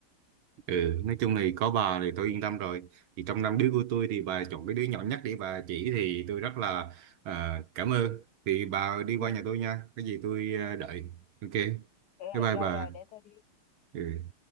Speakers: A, on the right; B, on the left.
A: Ừ, nói chung thì có bà thì tôi yên tâm rồi. Thì trong năm đứa của tôi thì bà chọn cái đứa nhỏ nhất để bà chỉ thì tôi rất là ờ, cảm ơn. Thì bà đi
B: <laughs>
A: qua nhà tôi nha, cái gì tôi ờ, đợi. Ok, bye
B: rồi
A: bye
B: rồi
A: bà.
B: rồi để tôi đi
A: Ừ.